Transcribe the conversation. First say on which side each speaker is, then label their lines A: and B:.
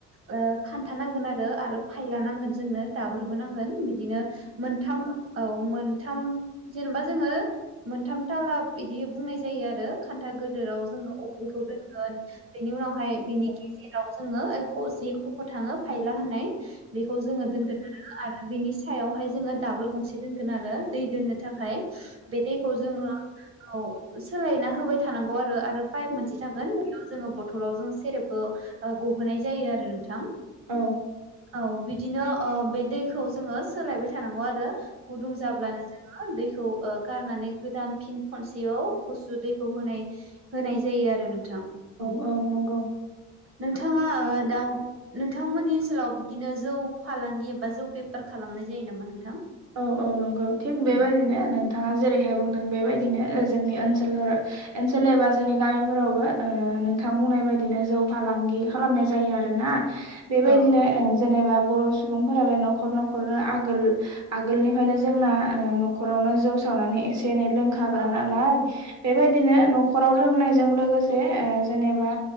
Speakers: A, on the right; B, on the right.
A: ओ खान्था नांगोन आरो आरो फायला नांगोन जोंनो दाबोरबो नांगोन बिदिनो मोनथाम औ मोनथाम जेनेबा जोङो मोनथाम थाला बिदि बुंनाय जायो आरो खान्था गोदोराव जोङो अफ्रिखौ दोनगोन बेनि उनावहाय बिनि गेजेराव जोङो जि खफ' थाङो फायला होननाय बेखौ जोङो दोनगोन आरो बिनि सायावहाय जोङो दाबोर गंसे दोनगोन आरो दै दोननो थाखाय बे दैखौ जोङो औ सोलायना होबाय थानांगौ आरो आरो पाइप मोनसे थागोन बेयाव जोङो बथलाव जों सेरेफखौ गहोनाय जायो आरो नोंथां।
B: औ।
A: औ बिदिनो ओ बे दैखौ जोङो सोलायबाय थानांगौ आरो गुदुं जाब्लानो जों दैखौ गारनानै गोदान फिन खनसेयाव गुसु दैखौ होनाय होनाय जायो आरो नोंथां
B: औ नंगौ
A: नोंथाङा दा नोंथांमोननि ओनसोलाव बिदिनो जौ फालांगि एबा जौ बेफार खालामनाय जायो नामा नोंथां?
B: औ औ नंगौ थिग बेबायदिनो
A: उम
B: नोंथाङा जेरै हायो बुंदों बेबायदिनो जोंनि ओनसोलफोराव ओनसोल एबा जोंनि गामिफोरावबो ओ नोंथां बुंनाय बायदिनो जौ फालांगि खालामनाय जायो आरो ना। बेबायदिनो
A: औ
B: ओ जेनेबा बर' सुबुंफोरालाय न'खर न'खरनो आगोल आगोलनिफ्रायनो जोंना न'खरावनो जौ सावनानै एसे एनै लोंखाग्रा
A: औ
B: नालाय बेबायदिनो न'खराव लोंनायजों लोगोसे ओ जेनेबा